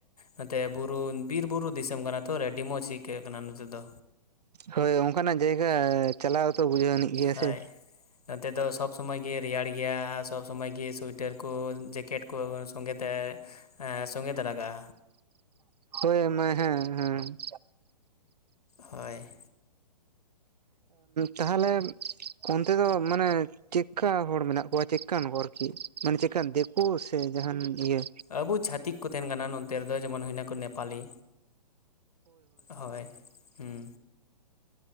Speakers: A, on the left; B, on the right.
A: ᱱᱚᱛᱮ ᱵᱩᱨᱩ ᱵᱤᱨᱵᱩᱨᱩ ᱫᱤᱥᱚᱢ ᱠᱟᱱᱟ ᱛᱚ ᱟᱹᱰᱤ ᱢᱚᱸᱡᱽ ᱟᱹᱭᱠᱟᱹᱜ ᱠᱟᱱᱟ ᱱᱚᱛᱮ ᱫᱚ
B: ᱦᱳᱭ ᱚᱱᱠᱟᱱᱟᱜ ᱡᱟᱭᱜᱟ ᱪᱟᱞᱟᱣ ᱛᱚ ᱵᱩᱡᱷᱟᱹᱣᱱᱤᱡ ᱜᱮᱭᱟ
A: ᱦᱳᱭ
B: ᱥᱮ
A: ᱱᱚᱛᱮ ᱫᱚ ᱥᱚᱵᱽ ᱥᱩᱚᱢᱚᱭ ᱜᱮ ᱨᱮᱭᱟᱲ ᱜᱮᱭᱟ ᱥᱚᱵᱽ ᱥᱚᱢᱚᱭ ᱜᱮ ᱥᱩᱭᱤᱴ ᱥᱴᱟᱨ ᱠᱚ ᱡᱮᱠᱮᱴ ᱠᱚ ᱥᱚᱸᱜᱮ ᱛᱮ ᱥᱚᱸᱜᱮ ᱛᱚᱨᱟᱠᱟᱜ -ᱟ
B: ᱦᱳᱭ ᱢᱟ ᱦᱮᱸ ᱦᱮᱸ
A: ᱦᱳᱭ
B: ᱛᱟᱦᱚᱞᱮ ᱚᱱᱛᱮ ᱫᱚ ᱢᱟᱱᱮ ᱪᱮᱜᱠᱟ ᱦᱚᱲ ᱢᱮᱱᱟᱜ ᱠᱚᱣᱟ ᱪᱮᱫᱠᱟᱱ ᱟᱨᱠᱤ ᱢᱟᱱᱮ ᱪᱤᱠᱠᱟᱱ ᱫᱤᱠᱩ ᱥᱮ ᱡᱟᱦᱟᱱ ᱤᱭᱟᱹ
A: ᱟᱵᱚ ᱪᱷᱟᱛᱤᱠ ᱠᱚ ᱛᱟᱦᱮᱱ ᱠᱟᱱᱟ ᱱᱚᱛᱮ ᱨᱮᱫᱚ ᱡᱮᱢᱚᱱ ᱦᱩᱭᱱᱟᱠᱚ ᱱᱮᱯᱟᱞᱤ ᱦᱳᱭ ᱦᱩᱸ